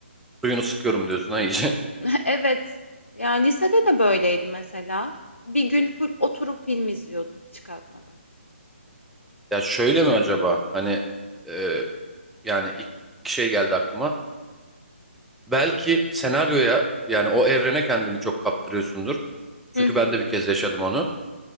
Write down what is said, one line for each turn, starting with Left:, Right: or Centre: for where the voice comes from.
Centre: Suyunu sıkıyorum diyorsun ha iyice. <laughs>
Left: <laughs> Evet. Yani lisede de böyleydi mesela. Bir gün full oturup film izliyordum hiç kalkmadan.
Centre: Ya şöyle mi acaba? Hani e, yani ilk iki şey geldi aklıma. Belki senaryoya yani o evrene kendini çok kaptırıyorsundur. Çünkü
Left: Hı hı.
Centre: ben de bir kez yaşadım onu.